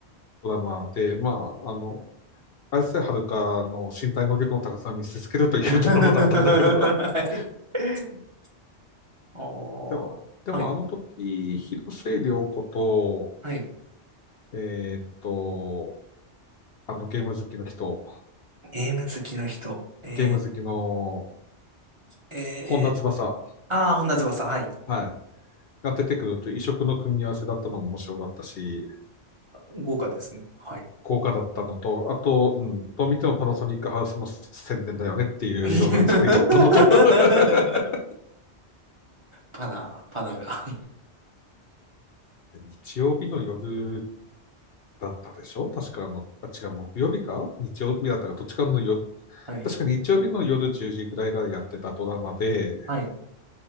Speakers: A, on the left; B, on the right.
A: ドラマで、まあ、あの、綾瀬はるかの身体能力の高さを見せつけるというドラマだったんだけど。
B: <laughs>
A: <laughs>
B: おー、
A: でも、でもあの時、
B: はい、
A: 広末涼子と、
B: はい。
A: えーっと、あのゲーム好きの人、
B: ゲーム好きの人。え
A: ゲーム好きの
B: ー、えー、
A: 本田翼、
B: あー本田翼、はい。
A: はい、が出てくると異色の組み合わせだったのも面白かったし、
B: 豪華ですね。はい。
A: 効果だったのと、あと、うん、どう見てもパナソニックハウスの宣伝だよねっていうような作りだったのと
B: <laughs>
A: <laughs>
B: パナ、パナが
A: 日曜日の夜だったでしょ確かあの、あ、違う、木曜日か日曜日だったか、どっちかの夜、
B: <laughs> はい、
A: 確か日曜日の夜10時くらいからやってたドラマで、
B: はい、